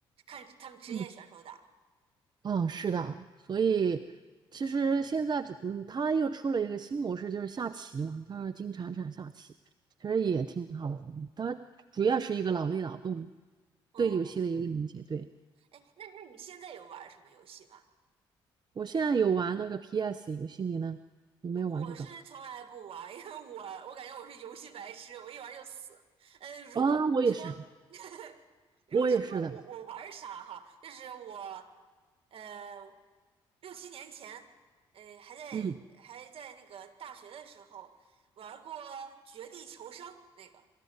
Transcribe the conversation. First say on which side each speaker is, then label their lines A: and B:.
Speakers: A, on the right; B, on the right.
A: 看他们职业选手打。
B: 嗯。嗯，是的，所以其实现在只，嗯，他又出了一个新模式，就是下棋嘛，他是金铲铲下棋，其实也挺好玩的。它主要是一个脑力劳动，
A: 嗯，
B: 对游戏的一个理解。对，
A: 哎，那那你现在有玩什么游戏吗？
B: 我现在有玩那个 PS 游戏，你呢？有没有玩这种？
A: 我是从来不玩，因为我我感觉我是游戏白痴，我一玩就死。呃，如果这么说，
B: 啊，我也是，
A: <laughs> 如果这么说我我玩啥哈？
B: 我也是的。
A: 就是我呃六七年前，呃还在还在那个大学的时候玩过《绝地求生》那个，
B: 嗯，